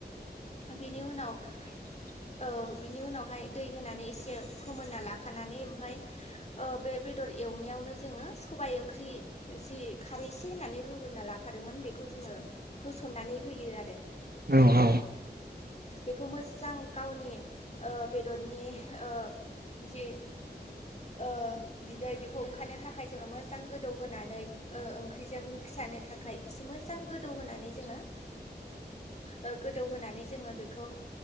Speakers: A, on the left (about 40°); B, on the right (about 60°).
A: बेनि उनाव
B: <unintelligible>
A: ओ बिनि उनावहाय दै होनानै एसे फोमोनना लाखानानै ओमफाय ओ बे बेदर एवनायावनो जोङो सबाय ओंख्रि जि खारैसे होननानै रुग्रोना लाखादोंमोन बेखौ जोङो होसननानै होयो आरो
B: औ औ
A: बेखौ मोजां गावनि ओ बेदरनि ओ जि ओ बिदै बेखौ ओंखारनो थाखाय जोङो मोजां गोदौहोनानै ओ ओंख्रिजों मिक्स जानो थाखाय इसे मोजां गोदौ होनानै जोङो ओ गोदौ होनानै जोङो बेखौ